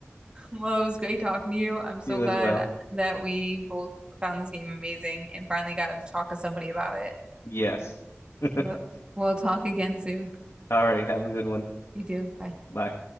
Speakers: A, on the right (about 20°); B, on the left (about 85°).
A: Well, it was great talking to you. I'm so
B: you
A: glad
B: as well.
A: that we both found this game amazing and finally got to talk to somebody about it.
B: Yes. <laughs>
A: But we'll talk again soon.
B: All right. Have a good one.
A: You do. Bye.
B: Bye.